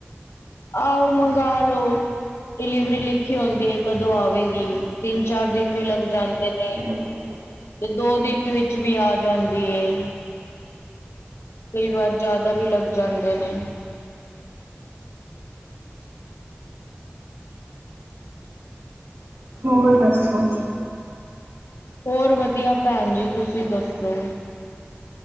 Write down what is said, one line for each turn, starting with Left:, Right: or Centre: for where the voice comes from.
Left: ਆਹੋ ਮੰਗਾ ਲਓ। ਡਿਲੀਵਰੀ ਲਿਖੀ ਹੁੰਦੀ ਏ ਕਦੋਂ ਆਵੇਗੀ ਤਿੰਨ ਚਾਰ ਦਿਨ ਵੀ ਲੱਗ ਜਾਂਦੇ ਨੇ।
Right: <unintelligible>
Left: ਤੇ ਦੋ ਦਿਨ ਵਿਚ ਵੀ ਆ ਜਾਂਦੀ ਏ। ਕਈ ਵਾਰ ਜਾਦਾ ਵੀ ਲੱਗ ਜਾਂਦੇ ਨੇ।
Right: ਹੋਰ ਦੱਸੋ।
Left: ਹੋਰ ਵਧੀਆ ਭੈਣ ਜੀ ਤੁਸੀ ਦੱਸੋ।